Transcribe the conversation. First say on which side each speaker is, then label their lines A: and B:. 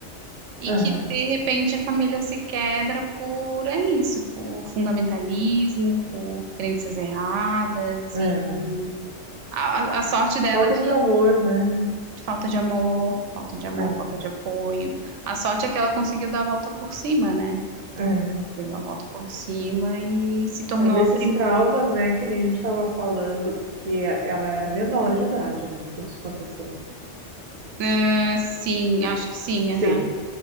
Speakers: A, on the right; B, on the right.
A: e
B: Aham.
A: que, de repente, a família se quebra por, é isso, por fundamentalismo, por crenças erradas
B: É.
A: e e a, a a sorte dela
B: Falta
A: é que
B: de amor, né?
A: falta de amor, falta de amor,
B: É.
A: falta de apoio. A sorte é que ela conseguiu dar a volta por cima, né?
B: É.
A: Deu a volta por cima e se tornou
B: Mas esses
A: a primeira
B: traumas, né, que nem a gente estava falando, porque ela era menor de idade, né, quando isso aconteceu.
A: Ah, sim, acho que sim,
B: Sim.
A: aham.